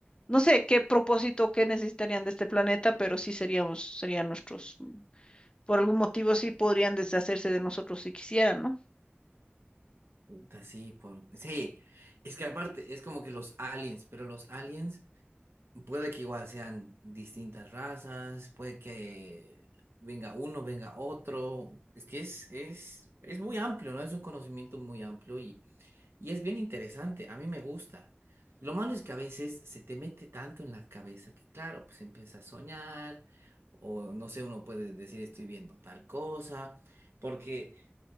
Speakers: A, on the left (about 25°); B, on the right (about 75°).
A: no sé qué propósito, qué necesitarían de este planeta, pero sí seríamos, serían nuestros, mm, por algún motivo sí podrían deshacerse de nosotros si quisieran, ¿no?
B: Puta, sí, por... sí, es que aparte es como que los aliens, pero los aliens Puede que igual sean distintas razas, puede que venga uno, venga otro. Es que es, es, es muy amplio, ¿no? Es un conocimiento muy amplio y, y es bien interesante. A mí me gusta. Lo malo es que a veces se te mete tanto en la cabeza que, claro, pues empieza a soñar o no sé, uno puede decir estoy viendo tal cosa, porque